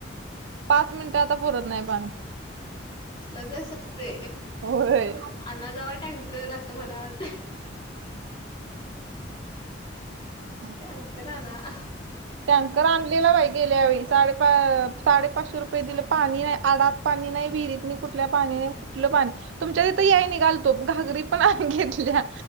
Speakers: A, on the right (about 70°); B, on the left (about 25°).
A: पाच मिनटं आता पुरत नाही पाणी.
B: लगच सपते
A: होय.
B: अन अजावा टँकर असं म्हणा वाटे
A: हा
B: टँकर आला आह.
A: टँकर आणलेला बाई गेल्या वेळी साडेपा साडेपाचशे रुपये दिले पाणी नाही आडाक. पाणी नाही विहिरीत मी कुठल्या पाणी कुठलं पाणी तुमच्या इथं यायला निघालतो घागरी पण आह घेतल्या.